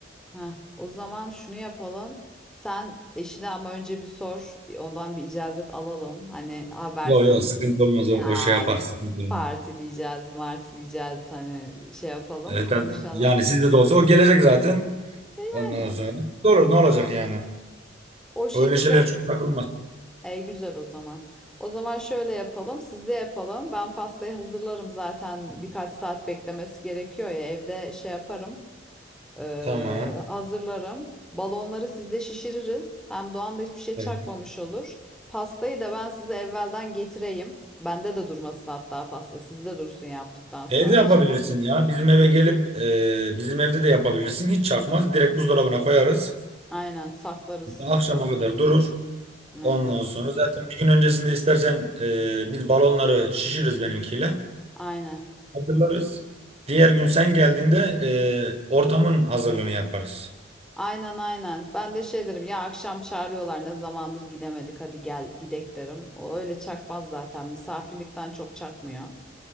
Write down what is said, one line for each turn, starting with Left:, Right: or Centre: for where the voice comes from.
Centre: Heh, o zaman şunu yapalım. Sen eşine ama önce bir sor. Ondan bir icazet alalım. Hani habersiz.
Right: Yok yok sıkıntı olmaz o,
Centre: Ya
Right: o şey yapar
Centre: biz
Right: sıkıntı olmaz.
Centre: parti diyeceğiz, marti diyeceğiz. Hani şey yapalım,
Right: Evet,
Centre: konuşalım.
Right: tabii. yani sizde de olsa o gelecek zaten.
Centre: Yani
Right: Ondan sonra olur ne olacak yani.
Centre: o şekilde.
Right: Öyle şeyler çok takılmaz.
Centre: E, güzel o zaman. O zaman şöyle yapalım. Siz de yapalım. Ben pastayı hazırlarım zaten. Birkaç saat beklemesi gerekiyor ya. Evde şey yaparım. Ee,
Right: Tamam.
Centre: hazırlarım. Balonları sizde şişiririz. Hem Doğan da hiçbir şey çakmamış
Right: Evet.
Centre: olur. Pastayı da ben size evvelden getireyim. Bende de durmasın hatta pasta. Sizde dursun yaptıktan sonra.
Right: Şey de yapabilirsin
Centre: Hiç...
Right: ya bizim eve gelip e, bizim evde de yapabilirsin hiç çakmaz direkt buzdolabına koyarız.
Centre: Aynen saklarız.
Right: Akşama kadar durur.
Centre: Aynen.
Right: Ondan sonra zaten bir gün öncesinde istersen e, biz balonları şişiririz benimkiyle.
Centre: Aynen.
Right: Hazırlarız. Diğer gün sen geldiğinde e, ortamın hazırlığını yaparız.
Centre: Aynen aynen. Ben de şey derim ya akşam çağırıyorlar ne zamandır gidemedik hadi gel gidek derim. O öyle çakmaz zaten misafirlikten çok çakmıyor.